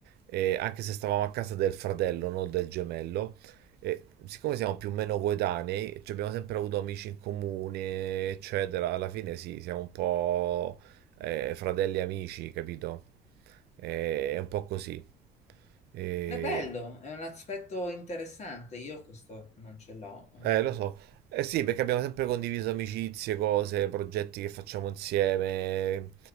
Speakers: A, on the right (about 70°); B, on the left (about 40°).
A: e anche se stavamo a casa del fratello, non del gemello. E siccome siamo più o meno coetanei, ci abbiamo sempre avuto amici in comune, eccetera, alla fine sì, siamo un po' eh, fratelli e amici, capito? Eh, è un po' così. Eh,
B: È bello, è un aspetto interessante. Io questo non ce l'ho. eh.
A: eh, lo so. Eh sì, perché abbiamo sempre condiviso amicizie, cose, progetti che facciamo insieme.